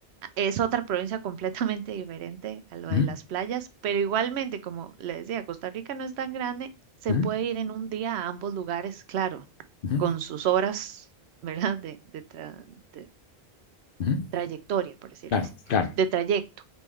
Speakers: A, on the right; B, on the left.
A: Es otra provincia completamente diferente a lo de
B: ujú,
A: las playas, pero igualmente, como le decía, Costa Rica no es tan grande, se
B: ujú,
A: puede ir en un día a ambos lugares, claro,
B: ujú,
A: con sus horas, ¿verdad? De, de, tra- de
B: ujú,
A: trayectoria, por decirlo
B: Claro,
A: así,
B: claro.
A: de trayecto.